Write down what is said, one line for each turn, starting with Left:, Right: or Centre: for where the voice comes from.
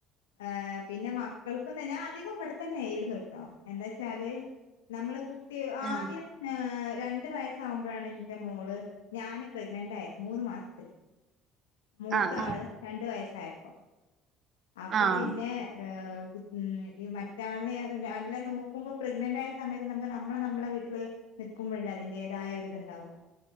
Left: ഏ പിന്നെ കേൾക്കുന്ന ഞാൻ അധികം ഇവിടെത്തന്നെ ആയിരുന്നു കേട്ടോ, എന്താ ച്ചാല് നമ്മള് കുട്ടി ആദ്യം
Right: ആഹ്
Left: ആ രണ്ടു വയസ്സാവുമ്പോഴാണ് എന്റെ മോള് ഞാന് പ്രഗ്നന്റ് ആയത് മൂന്ന് മാസത്തില് മൂത്ത
Right: ആഹ് ആഹ്
Left: ആള് രണ്ടു വയസ്സായപ്പോ അപ്പോ
Right: ആഹ്
Left: പിന്നെ ഉം ഈ മറ്റാളിനെ അല്ല നോക്കുമ്പോ പ്രഗ്നന്റ് ആയ സമയത്ത് നമുക്ക് നമ്മളെ നമ്മളെ വീട്ടില് നിൽക്കുമ്പോഴല്ലേ അതിന്റേതായ ഒരിത്ണ്ടാവുകവാ